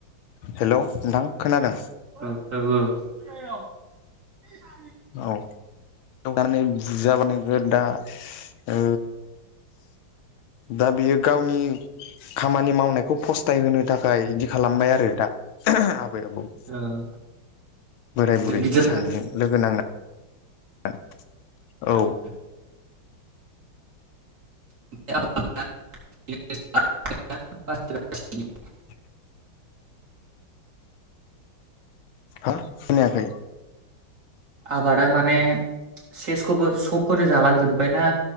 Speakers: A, on the left; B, on the right.
A: हेल' नोंथां खोनादों?
B: ओ औ औ।
A: औ नानै बुजानानै नोगोर दा ओ दा बियो गावनि खामानि मावनायखौ फस्थाय होनो थाखाय बिदि खालामबाय आरो दा। माब <unintelligible>
B: औ
A: बोराय बुरै
B: गिदिर
A: सानैजों लोगो नांना
B: <unintelligible>
A: औ
B: <unintelligible>
A: <inaudible> हो खोनायाखै।
B: आबादा माने सेसखौबो सबखौनो जालां जोबबाय ना